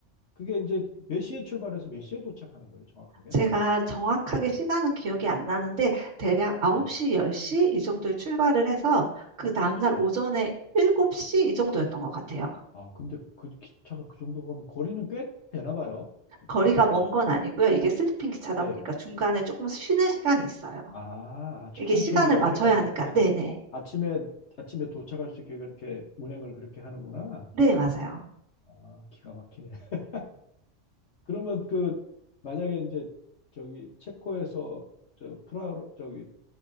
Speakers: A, on the left; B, on the right.
A: 그게 이제 몇 시에 출발해서 몇 시에 도착하는 거예요, 정확하게?
B: 제가 정확하게 시간은 기억이 안 나는데 대략 9시,
A: 예,
B: 10시 이 정도에 출발을 해서 그 다음날
A: 예.
B: 오전에 7시 이 정도였던 것 같아요.
A: 아, 근데 그 기차가 그 정도 가면 거리는 꽤 되나 봐요. 그,
B: 거리가 먼
A: 또,
B: 건 아니고요. 이게 슬리핑 기차다
A: 예.
B: 보니까 중간에 조금 쉬는 시간이 있어요.
A: 아, 천천히
B: 이게 시간을
A: 이렇게
B: 맞춰야
A: 해가지고
B: 하니까.
A: 하여튼
B: 네네.
A: 아침에, 아침에 도착할 수 있게 그렇게 운행을 그렇게 하는구나.
B: 네, 맞아요.
A: 아, 기가 막히네. <laughs> 그러면 그, 만약에 이제 저기 체코에서 저 프라, 저기